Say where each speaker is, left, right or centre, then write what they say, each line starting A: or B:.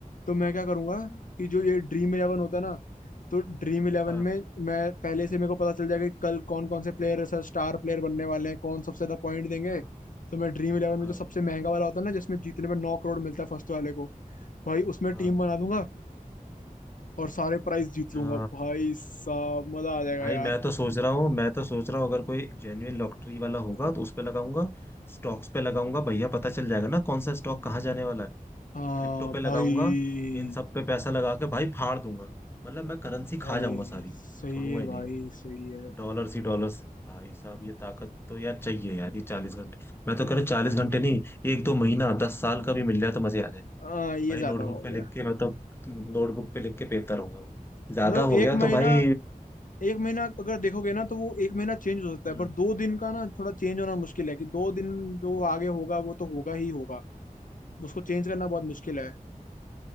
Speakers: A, on the left; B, on the left.
A: तो मैं क्या करूंगा
B: हम्म,
A: कि जो ये ड्रीम इलेवन होता है ना तो ड्रीम इलेवन
B: हाँ
A: में मैं पहले से मेरे को पता चल जाएगा कि कल कौन कौन से प्लेयर सर स्टार प्लेयर बनने वाले हैं कौन सबसे ज्यादा पॉइंट देंगे
B: हाँ
A: तो मैं ड्रीम इलेवन में
B: हाँ
A: जो सबसे महंगा वाला होता है ना जिसमें जीतने में नौ करोड़ मिलता है फर्स्ट वाले को भाई उसमें
B: हाँ
A: टीम
B: हाँ।
A: बना दूंगा और सारे प्राइज
B: अच्छा
A: जीत लूंगा भाई साहब मजा आ जाएगा
B: भाई
A: यार
B: मैं तो सोच रहा हूँ मैं तो सोच रहा हूँ अगर कोई जेन्युइन लॉटरी वाला होगा तो उस पे लगाऊंगा स्टॉक्स पे लगाऊंगा भैया पता चल जाएगा ना कौन सा स्टॉक कहाँ जाने वाला है
A: हाँ
B: क्रिप्टो पे लगाऊंगा
A: भाई
B: इन सब पे पैसा लगा के भाई फाड़ दूंगा मतलब मैं करेंसी
A: भाई
B: खा जाऊंगा सारी
A: सही
B: छोड़ूंगा
A: है
B: ही नहीं
A: भाई सही है
B: डॉलर्स ही डॉलर्स भाई साहब ये ताकत तो यार चाहिए यार ये चालीस घंटे मैं तो कह रहा हूँ चालीस घंटे नहीं एक दो महीना दस साल का भी मिल जाए तो मजे आ जाए
A: हाँ ये
B: भाई
A: ज्यादा
B: नोटबुक
A: हो
B: पे
A: गया
B: लिख के मैं तो नोटबुक पे लिख के पेलता रहूंगा ज्यादा
A: मतलब एक
B: हो गया
A: महीना
B: तो भाई
A: एक महीना अगर देखोगे ना तो वो एक महीना चेंज हो सकता
B: हम्म,
A: है पर दो दिन का ना थोड़ा चेंज होना मुश्किल है कि दो दिन जो आगे होगा वो तो होगा ही होगा उसको चेंज करना बहुत मुश्किल है